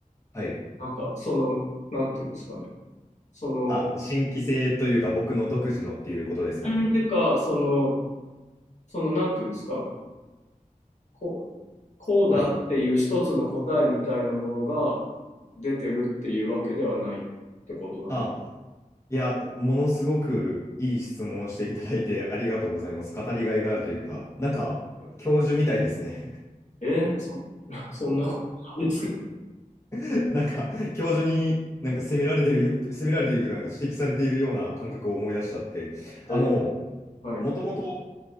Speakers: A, on the left (about 20°); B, on the left (about 55°).
A: はい。
B: なんか、その、なんていうんですかね。その、
A: あ、新規性というか、僕の独自のっていうことですかね。
B: うんてか、その、その、なんていうんですか、こう、こうだっていう一つの答えみたいなものが
A: はい。
B: 出てるっていうわけではないってことなんです
A: あ、いや、ものすごくいい質問をしていただいて <laughs> ありがとうございます。語りがいがあるというか、なんか、
B: よ。
A: 教授みたいですね。
B: えーそ、<laughs> そんなことないですけど。
A: <laughs> なんか、教授になんか責められてる、責められているというか、なんか指摘されているような感覚を思い出しちゃって。あの、
B: えーはい。
A: もともと、